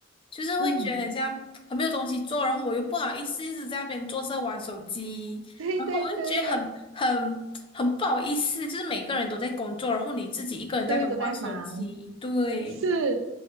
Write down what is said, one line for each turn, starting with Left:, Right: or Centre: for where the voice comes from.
Left: 就是会觉得很像很没有东西做，
Right: 嗯，
Left: 然后我又不好意思一直在那边坐着玩手机，
Right: 对对对，
Left: 然后我就觉得很很很不好意思，就是每个人都在工作，然后你自己一个人在那边玩手机，
Right: 对都在忙。
Left: 对，
Right: 是，